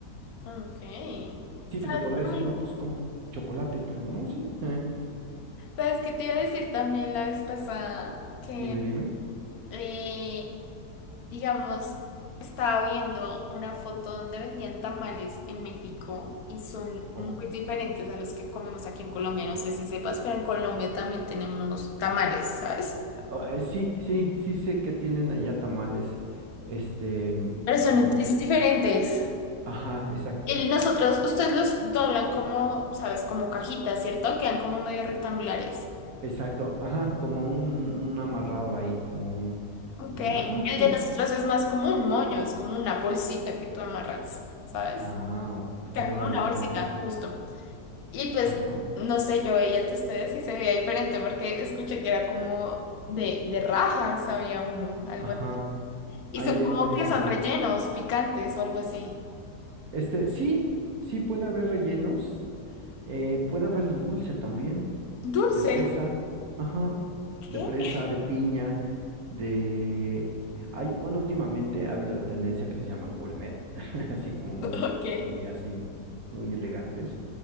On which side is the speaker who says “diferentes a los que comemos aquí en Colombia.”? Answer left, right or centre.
Left